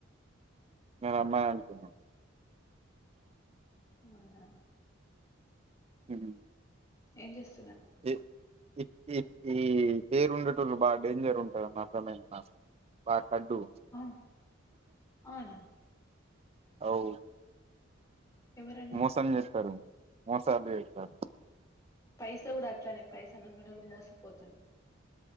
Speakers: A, on the right; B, on the left.
A: నేను అమ్మాయి అనుకున్నా
B: బంగరం
A: ఉహు
B: ఏం చేస్
A: ఇ ఇ ఇ ఈ పేరు ఉండేటోళ్ళు బాగా డేంజర్ ఉంటారమ్మా రాకు అడ్డూ
B: ఆ, అవునా
A: అవ్
B: ఎవరన్నారు
A: మోసం చేస్తారు మోసాలు చేయిత్తారు
B: పైసా కూడా అట్లనే పైసా నమ్మిన వాళ్ళు మోసపోతారు